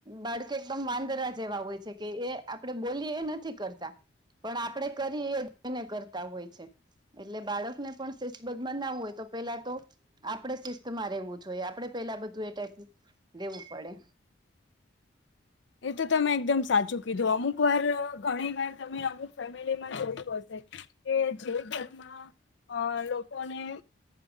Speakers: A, on the right; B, on the left.
A: બાળકે એકદમ વાંદરા જેવા હોય છે કે એ આપણે બોલી એ નથી કરતા. પણ આપડે કરી એને કરતા હોય છે. એટલે બાળકને પણ સેચબગ ના બનાવવું હોય તો પેલા તો આપણેે શિસ્તમાં રહેેવું જોઈએ આપણે પેલા બધું એ ટાઈપ રેવું પડે
B: એ તો તમે એકદમ સાચું કીધું અમુક એક વાર ઘણી વાર તમે અમુક ફેમિલીમાં જોયું હશે કે જે ઘરમાં અ લોકોને